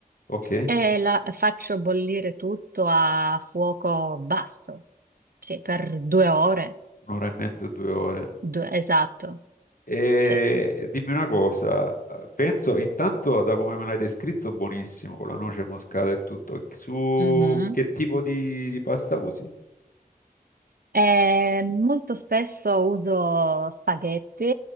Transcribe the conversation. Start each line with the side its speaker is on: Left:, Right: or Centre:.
Left: ok,
Right: e la faccio bollire tutto a fuoco basso, sì, per due ore,
Left: un'ora e mezzo, due ore.
Right: Due- esatto,
Left: E
Right: sì.
Left: dimmi una cosa, eh, penso intanto da come me l'hai descritto, buonissimo, con la noce moscata e tutto. Su
Right: Mhm.
Left: che tipo di, di pasta usi?
Right: Eh, molto spesso uso spaghetti,